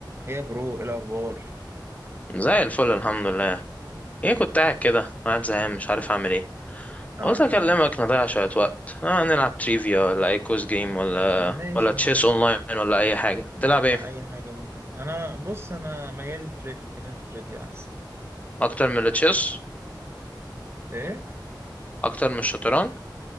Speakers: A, on the right (about 30°); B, on the left (about 20°).
A: هي برو إيه الأخبار
B: زي الفل الحمد لله ايه كنت قاعد كده قاعد زهقان مش عارف اعمل ايه
A: اه
B: قلت اكلمك
A: تمام
B: نضيع شوية وقت آه نلعب تريفيا ولا اي كوز جيم ولا
A: ماشي
B: ولا تشيس
A: ماشي
B: اونلاين ولا اي حاجة
A: يلا
B: تلعب ايه
A: أي حاجة ممكن أنا بص أنا ميال للتريفيا خلينا في التريفيا أحسن
B: اكتر من التشيس
A: إيه؟
B: اكتر من الشطرنج